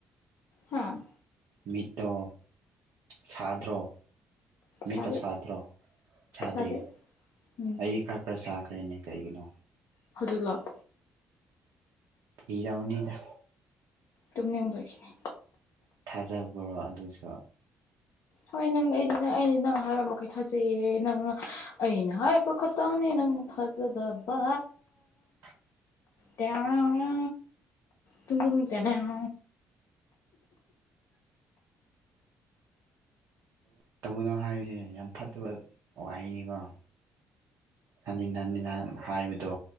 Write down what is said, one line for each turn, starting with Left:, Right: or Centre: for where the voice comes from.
Left: ꯍꯥꯥ
Right: ꯃꯤꯣ ꯁꯥꯗ꯭ꯔꯣ ꯃꯤꯇꯣ
Left: ꯊꯥꯗꯦ
Right: ꯁꯥꯗ꯭ꯔꯣ ꯁꯥꯗꯦ
Left: ꯊꯥꯗꯦ ꯎꯝ
Right: ꯑꯩꯗꯤ ꯈꯔ ꯈꯔ ꯁꯥꯈ꯭ꯔꯦꯅꯦ ꯀꯩꯒꯤꯅꯣ
Left: ꯍꯧꯖꯤꯜ ꯂꯥꯛ
Right: ꯐꯤꯗ ꯎꯅꯤꯗ
Left: ꯇꯨꯝꯅꯤꯡꯕꯈꯤꯅꯤ
Right: ꯊꯥꯖꯕꯔꯣ ꯑꯗꯨꯁꯨ
Left: ꯍꯣꯏ ꯅꯪ ꯑꯩꯗꯤ ꯑꯩꯗꯤ ꯅꯪ ꯍꯥꯏꯕ ꯃꯈꯩ ꯊꯥꯖꯩꯌꯦ ꯅꯪ ꯑꯩꯅ ꯍꯥꯏꯕ ꯈꯇꯪꯅꯦ ꯅꯪꯖ ꯗꯕꯥ
Right: ꯅ
Left: ꯇꯔ ꯑꯔ ꯇꯨꯡ ꯇ ꯇꯅꯦ ꯑ
Right: ꯇꯒꯅꯣ ꯍꯥꯏꯕꯗꯨꯅꯦ ꯌꯥꯝ ꯐꯠꯇꯕ ꯋꯥꯍꯩꯅꯤꯀꯣ ꯍꯅꯤ ꯍꯅꯤ ꯅꯍ ꯍꯥꯏꯕꯗꯣ